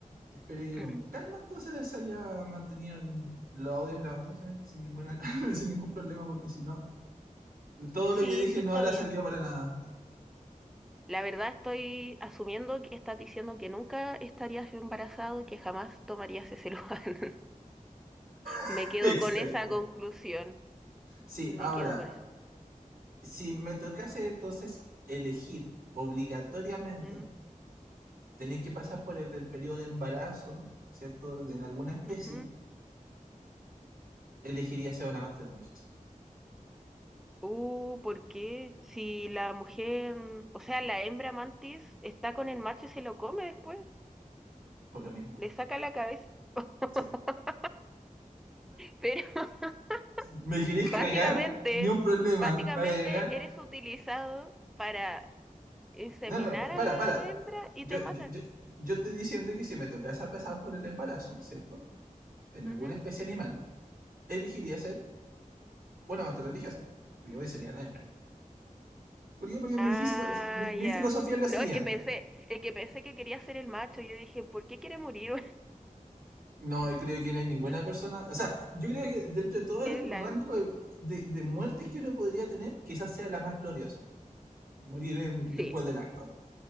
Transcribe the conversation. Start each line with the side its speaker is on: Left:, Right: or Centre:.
Right: espero que con
Centre: <clears throat>
Right: calma entonces se haya mantenido el- los audios grabándose sin ninguna calma, <laughs> sin ningún problema, porque si no, todo
Centre: Sí,
Right: lo que dije
Centre: sí
Right: no
Centre: está
Right: habrá
Centre: bien.
Right: servido para nada.
Centre: La verdad estoy asumiendo que estás diciendo que nunca estarías embarazado y que jamás tomarías ese <laughs> lugar.
Right: <laughs>
Centre: Me quedo
Right: Exacto.
Centre: con esa conclusión.
Right: Sí,
Centre: Me
Right: ahora,
Centre: quedo con eso.
Right: si me tocase entonces elegir obligatoriamente,
Centre: Ujú,
Right: tenéis que pasar por el, el periodo de embarazo, ¿cierto? En alguna especie,
Centre: ujú.
Right: elegiría ser un amante religioso,
Centre: Uh, ¿por qué? Si la mujer, o sea, la hembra mantis está con el macho y se lo come después,
Right: por lo mismo.
Centre: le saca la cabeza. <laughs>
Right: Sí.
Centre: Pero <laughs>
Right: ¿Me queréis
Centre: básicamente,
Right: cagar? Ni un problema.
Centre: básicamente
Right: ¿Me vaya a cagar?
Centre: eres utilizado para inseminar
Right: No, no, pa-
Centre: a
Right: para,
Centre: la
Right: para.
Centre: hembra y
Right: Yo,
Centre: te matan.
Right: yo, yo- yo estoy diciendo que si me tocase a pasar por el embarazo, ¿cierto? En
Centre: Ujú.
Right: alguna especie animal, elegiría ser una mater religiosa. Porque hoy sería la hembra. ¿Por qué? Porque mi,
Centre: Ah,
Right: filo- mi- mi
Centre: ya.
Right: filosofía es la
Centre: No,
Right: siguiente.
Centre: es que pensé, es que pensé que quería ser el macho. Yo dije, ¿por qué quiere morir?
Right: No, creo que no hay ninguna
Centre: <laughs>
Right: persona. O sea, yo creo que dentro de todo
Centre: Eres
Right: el
Centre: la
Right: rango
Centre: hembra.
Right: de, de- de muertes que uno podría tener, quizás sea la más gloriosa. Morir en- después
Centre: Sí.
Right: del acto.